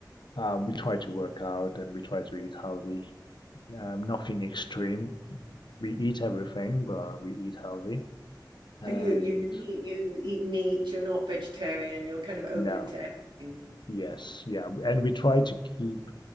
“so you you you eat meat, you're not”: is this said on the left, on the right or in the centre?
Right